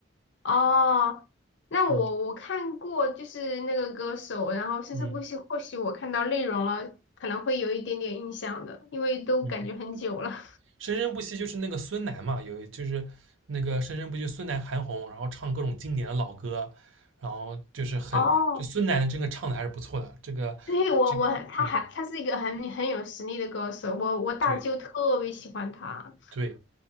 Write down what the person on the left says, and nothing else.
哦，那我我看过就是那个歌手，
然后甚至不许或许我看到内容了，
可能会有一点点印象的，因为都感觉很久了。
<laughs> 哦，
对，我我他还他是一个很很有实力的歌手，我我大舅特别喜欢他。